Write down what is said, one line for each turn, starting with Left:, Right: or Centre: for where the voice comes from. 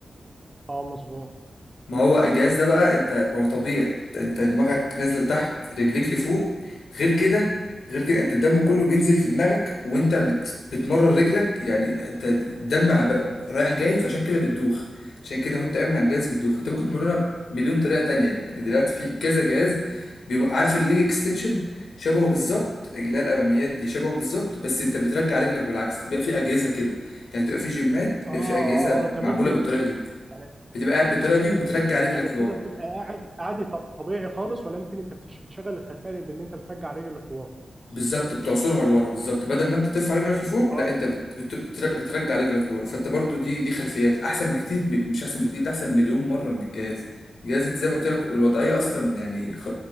Right: اه مظبوط
Left: ما هو الجهاز ده بقى انت ما هو طبيعي انت انت دماغك نازله لتحت رجليك لفوق غير كده غير كده انت الدم كله بينزل في دماغك وانت بت... بتمرر رجلك يعني انت الدم عب- رايح جاي فعشان كده بتدوخ عشان كده وانت قايم على الجهاز بتدوخ انت ممكن تمرنها بمليون طريقه تانية يعني دلوقتي في كذا جهاز بي... عارف الليج اكستنشن شبهه بالظبط اللي هي الاماميات دي شبهه بالظبط بس انت بترجع رجلك بالعكس بيبقى في اجهزه كده يعني بتبقى في جيمات
Right: اه
Left: بيبقى
Right: اه
Left: في اجهزه
Right: اه تمام
Left: معموله
Right: فهمتك
Left: بالطريقه دي
Right: يعني
Left: بتبقى قاعد بالطريقه دي وبترجع رجلك
Right: يعني ابتدى
Left: لورا
Right: بتبقى قاعد قاعد ط- طبيعي خالص ولكن انت بتش- بتشغل الخلفيه بان انت بترجع رجل لقوام
Left: بالظبط بتعصرها لورا بالظبط بدل ما انت ترفع رجلك لفوق
Right: اه
Left: لا انت بت... بت... بتر- بترجع رجلك لورا فانت برضو دي دي خلفيات احسن بكتير ب- مش احسن بكتير ده احسن مليون مره من الجهاز الجهاز زي ما قلت لك الوضعيه اصلا يعني خ...